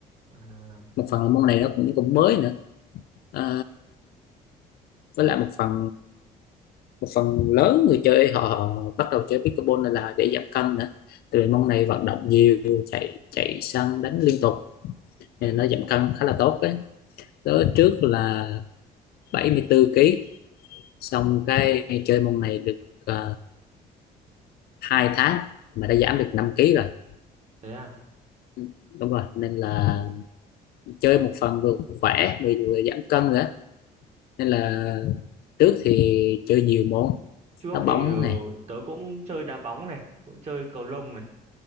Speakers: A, on the right (about 40°); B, on the left (about 65°).
A: à,
B: một phần là môn này nó cũng cũng mới nữa Ờ, với lại một phần một phần lớn người chơi họ, họ bắt đầu chơi pickleball này là để giảm cân nữa từ môn này vận động nhiều chạy chạy săn đánh liên tục
A: ừ,
B: nên nó giảm cân khá là tốt đấy tớ trước là 74 kg xong cái chơi môn này được uh, 2 tháng mà đã giảm được năm kg rồi
A: thế à
B: Ừ, đúng rồi nên là chơi một phần vừa khỏe vừa, vừa giảm cân nữa nên là trước thì chơi nhiều môn
A: trước
B: đá
A: thì
B: bóng
A: ờ,
B: này
A: tớ cũng chơi đá bóng này cũng chơi cầu lông này